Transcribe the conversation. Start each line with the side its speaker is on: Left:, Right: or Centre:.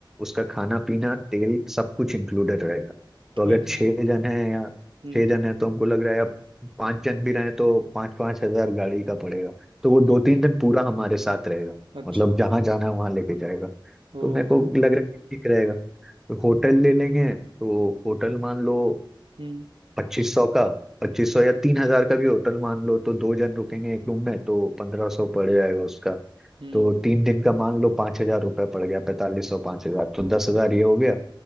Centre: उसका खाना पीना तेल सब कुछ इंक्लूडेड रहेगा
Right: ठीक
Centre: तो अगर
Right: है
Centre: छह जन है या
Right: हम्म
Centre: छह जन है तो हमको लग रहा है अब पांच जन भी रहे तो पाँच पाँच हजार गाड़ी का पड़ेगा तो
Right: ओके
Centre: वो दो तीन दिन पूरा हमारे साथ रहेगा
Right: अच्छा
Centre: मतलब जहां जाना है वहां लेके जाएगा तो
Right: ओ
Centre: मेरे को लग रहा है ठीक रहेगा होटल ले लेंगे तो होटल मान लो
Right: हम्म
Centre: पच्चीस सौ का पच्चीस सौ या तीन हजार का भी होटल मान लो तो दो जन रुकेंगे एक रूम में तो पंद्रह सौ पड़ जाएगा उसका
Right: हम्म
Centre: तो तीन दिन का मान लो पाँच हजार रुपये पड़ गया पैंतालीस सौ पाँच हजार तो दस हजार ये हो गया